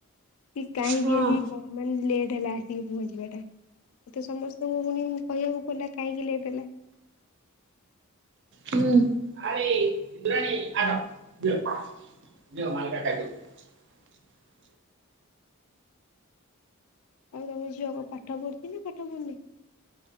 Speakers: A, on the left; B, on the right.
A: କି କାହିଁକି
B: ହଁ
A: ଆଜି କଣ ମାନେ ଲେଟ ହେଲା ଆସିକି ପହଞ୍ଚିବା ଟା ମତେ ସମସ୍ତଙ୍କୁ ପୁଣି କହିବାକୁ ପଡିଲା କାହିଁକି ଲେଟ ହେଲା।
B: ହୁଁ । <unintelligible>
A: ଆଉ ତମ ଝିଅ କ ପାଠ ପଢୁଚ ନା ପାଠ ପଢୁନି?